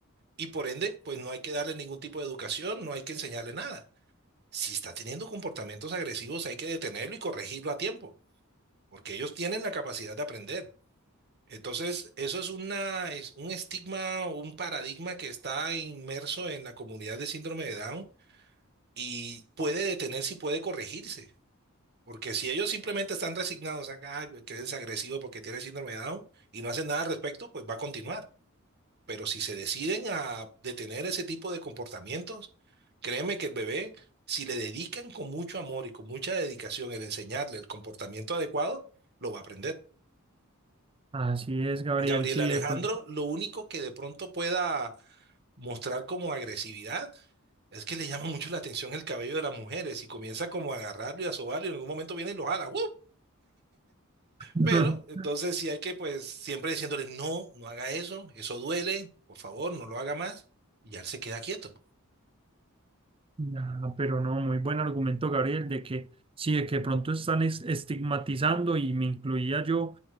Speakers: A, on the right; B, on the right.
A: y por ende, pues no hay que darle ningún tipo de educación, no hay que enseñarle nada. Si está teniendo comportamientos agresivos, hay que detenerlo y corregirlo a tiempo, porque ellos tienen la capacidad de aprender. Entonces, eso es una, es un estigma o un paradigma que está inmerso en la comunidad de síndrome de Down y puede detenerse y puede corregirse. Porque si ellos simplemente están resignados a que eres agresivo porque tienes síndrome de Down y no hacen nada al respecto, pues va a continuar. Pero si se deciden a detener ese tipo de comportamientos, créeme que el bebé, si le dedican con mucho amor y con mucha dedicación el enseñarle el comportamiento adecuado, lo va a aprender.
B: así es, Gabriel,
A: Gabriel
B: sí,
A: Alejandro,
B: de pronto.
A: lo único que de pronto pueda mostrar como agresividad es que le llama mucho la atención el cabello de las mujeres y comienza como a agarrarlo y a sobarlo y en algún momento viene y lo jala. ¡uh!
B: <laughs>
A: Pero entonces sí hay que pues siempre diciéndole, no, no haga eso, eso duele, por favor, no lo haga más. Y ya él se queda quieto.
B: Ya, pero no, muy buen argumento, Gabriel, de que sí, de que pronto están es- estigmatizando y me incluía yo